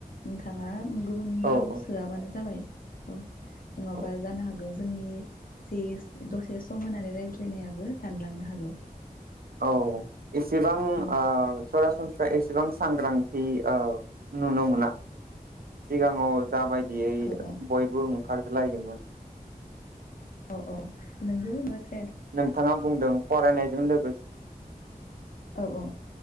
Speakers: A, on the left; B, on the right.
A: नोंथाङा गुबुन
B: औ
A: राव
B: औ
A: सोआबानो जाबाय औ। नङाबा
B: औ
A: जानो हागौ जोंनि जे दसे सम होनानै रायज्लायनायाबो दानलांनो हागौ।
B: औ। इसेबां
A: औ
B: आ सरासनस्रा एसेबां सांग्रांथि नुनो मोना सिगाङाव जाबायदियै
A: औ औ
B: बयबो खारजलायोमोन
A: औ औ नोंगौ बाथ्रा
B: नोंथाङा बुंदों फरायनायजों लोगोसे
A: औ औ